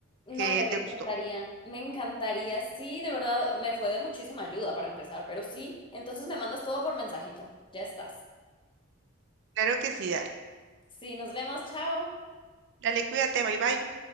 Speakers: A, on the left; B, on the right.
A: No,
B: qué
A: hombre, me
B: te
A: encantaría,
B: gustó.
A: me encantaría. Sí, de verdad, me fue de muchísima ayuda para empezar, pero sí, entonces me mandas todo por mensajito. Ya estás.
B: Claro que sí, dale.
A: Sí, nos vemos, chao.
B: Dale, cuídate, bye bye.